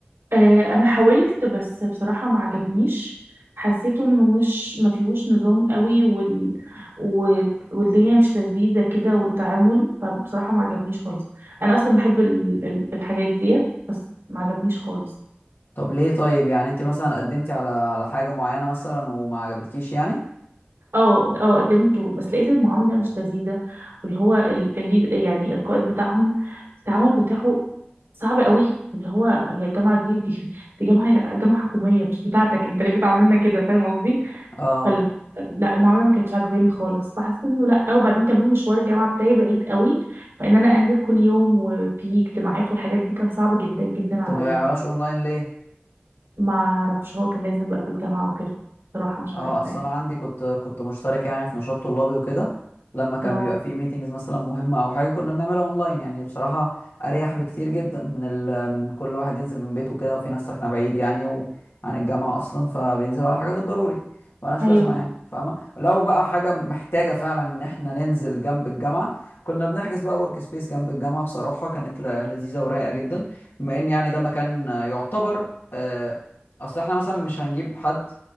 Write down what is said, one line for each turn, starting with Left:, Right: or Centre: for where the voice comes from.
Right: آه، انا حاولت بس بصراحه ما عجبنيش حسيته انه مش ما فيهوش نظام قوي وال... و- والدنيا مش لذيذه كده والتعامل فبصراحه ما عجبنيش خالص انا اصلا بحب ال... ال- الحاجات ديت بس ما عجبنيش خالص
Left: طب ليه طيب يعني انت مثلا قدمتي على على حاجة معينة مثلا وما عجبتكيش يعني
Right: اه اه قدمته بس لقيت المعامله مش لذيذه واللي هو ال... الليد... يعني القائد بتاعهم التعامل بتاعه صعب قوي اللي هو هي الجامعه دي دي, دي جامعه جامعه حكوميه مش بتاعتك انت ليه بتعاملنا كده فاهم قصدي
Left: اه
Right: فاللي هو لا المعامله ما كانتش عاجباني خالص فحسيت انه لا وبعدين كمان مشوار الجامعه بتاعي بعيد قوي فان انا انزل كل يوم وفي اجتماعات والحاجات دي كان صعب جدا جدا عليا
Left: طب ما بيعملهاش اونلاين ليه
Right: ما اعرفش هو كان لازم بقى في الجامعه وكده بصراحه مش
Left: اه
Right: عارفه
Left: اصل
Right: يعني
Left: انا عندي كنت كنت مشترك يعني في نشاط طلابي وكده لما كان
Right: اه
Left: بيبقى فيه ميتينجز مثلا مهمه او حاجه كنا بنعملها اونلاين يعني بصراحه اريح بكتير جدا من ال... من كل واحد ينزل من بيته وكده وفي ناس ساكنه بعيد يعني وعن الجامعه اصلا فبينزلوا على الحاجات الضروري ملهاش
Right: ايوه
Left: لازمه يعني فاهمه لو بقى حاجه محتاجه فعلا ان احنا ننزل جنب الجامعه كنا بنحجز بقى ورك سبيس جنب الجامعه بصراحه كانت ل... لذيذه ورايقه جدا بما ان يعني ده مكان آه، يعتبر آه، اصل احنا مثلا مش هنجيب حد